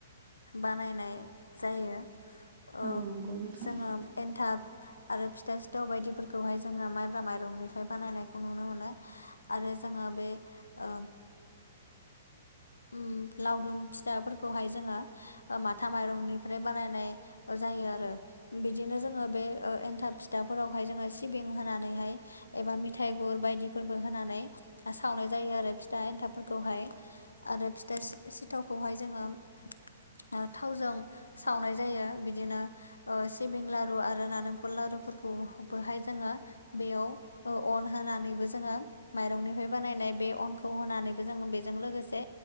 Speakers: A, on the left; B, on the right.
A: बानायनाय जायो। ओ
B: औ नंगौ नोंथां
A: जोङो एन्थाब आरो फिथा सिथाव बायदिफोरखौहाय जोङो माइब्रा माइरंनिफ्राय बानायनायखौ नुनो मोनो। आरो जोङो बे ओ उम लावदुम फिथाफोरखौहाय जोङो ओ माथा माइरंनिफ्राय बानायनाय ओ जायो आरो बिदिनो जोङो बे ओ इन थाब फिथाफोरावहाय जोङो सिबिं होनानैहाय एबा मिथाइ गुर बायदिफोरबो होनानै ओ सावनाय जायो आरो फिथा एन्थाबफोरखौहाय आरो फिथा सि-सिथावखौहाय जोङो ओ थावजों सावनाय जायो बिदिनो ओ सिबिं लारु आरो नारें दखर लारुफोरखौबोहाय जोङो बेयाव ओ अन होनानैबो जोङो माइरंनिफ्राय बानायनाय बे अनखौ होनानैबो जोङो बेजों लोगोसे